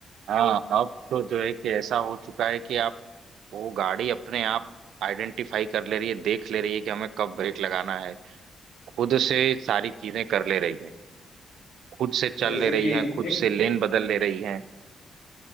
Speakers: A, on the right; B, on the left.
A: हाँ अब तो जो है कि ऐसा हो चुका है कि आप वो गाड़ी अपने आप आइडेंटिफाई कर ले रही है देख ले रही है कि हमें कब ब्रेक लगाना है खुद से सारी चीजें कर ले रही है खुद से चल
B: जैसे
A: ले रही
B: कि
A: हैं खुद
B: एक
A: से लेन बदल ले रही हैं